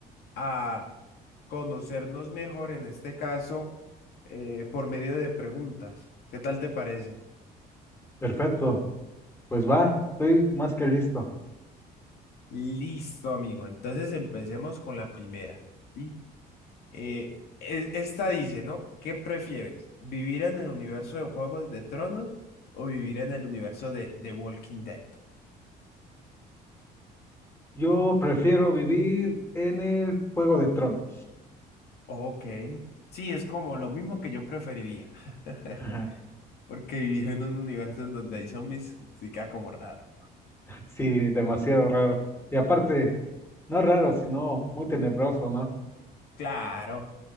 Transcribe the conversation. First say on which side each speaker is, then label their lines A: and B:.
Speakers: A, on the left; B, on the left.
A: a conocernos mejor, en este caso, eh, por medio de preguntas. ¿Qué tal te parece?
B: Perfecto. Pues va, estoy más que listo.
A: Listo amigo, entonces empecemos con la primera. ¿sí? Eh, es- esta dice, ¿no? ¿Qué prefieres? ¿Vivir en el universo de Juegos de Tronos o vivir en el universo de The Walking Dead?
B: Yo prefiero vivir en el Juego de Tronos.
A: Ok. Sí, es como lo mismo que yo preferiría. <laughs>
B: <laughs> Ajá.
A: Porque vivir en un universo en donde hay zombies sí queda como raro.
B: Sí, demasiado raro. Y aparte, no raro, sino muy tenebroso, ¿no?
A: Claro.